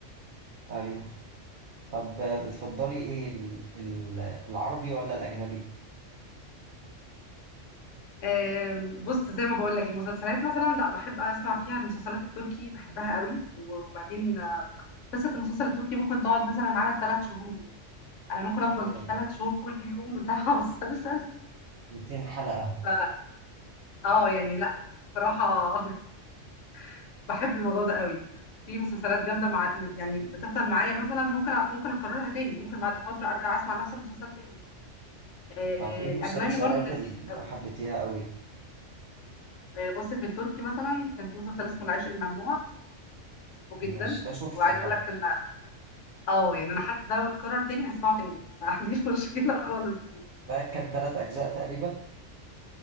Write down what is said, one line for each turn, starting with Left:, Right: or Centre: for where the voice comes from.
Right: ايوه طب آه، بتفضلي ايه ال- ال- العربي ولا الاجنبي
Left: آم، بص زي ما بقول لك المسلسلات مثلا لا بحب اسمع فيها المسلسلات التركي بحبها قوي وبعدين قصة المسلسل التركي ممكن تقعد مثلا معانا ثلاث شهور يعني أنا ممكن أفضل
Right: اه يعني
Left: ثلاث شهور كل يوم بتابع <laughs> مسلسل
Right: 200 حلقه
Left: ف... اه يعني لا بصراحة <laughs> بحب الموضوع ده قوي في مسلسلات جامدة مع... يعني بتفضل معايا مثلا ممكن أ- ممكن أكررها تاني ممكن بعد فترة أرجع أسمع نفس المسلسل تاني آه
Right: طب ايه المسلسلات
Left: الأجنبي برضو لذيذ
Right: اللي
Left: قوي
Right: حبيتيها قوي
Left: آه بص في التركي مثلا كان في مسلسل اسمه العشق الممنوع بحبه جدا
Right: ماشي ده شفته
Left: وعايزة أقول
Right: حتى
Left: لك إن اه يعني أنا حتى ده لو اتكرر تاني هسمعه تاني ما عنديش <laughs> مشكلة خالص
Right: ده كان تلات اجزاء تقريبا